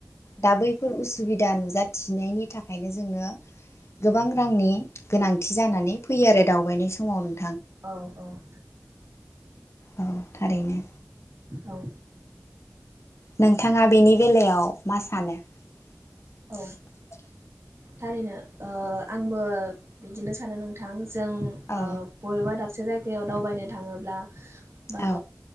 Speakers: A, on the left; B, on the right.
A: दा बैफोर उसुबि बिदा नुजाथिनायनि थाखायनो जोंङो गोबां रांनि गोनांथि जानानै फैयो आरो दावबायनाय समाव नों
B: औ औ
A: औ थारैनो
B: औ
A: नोंथाङा बेनि बेलायाव मा सानो? <inaudible>
B: औ थारैनो ओ आंबो बिदिनो सानो नोंथां जों ओ
A: औ
B: बबेबा दाब सासे जायगायाव दावबायनो थाङोब्ला बा
A: औ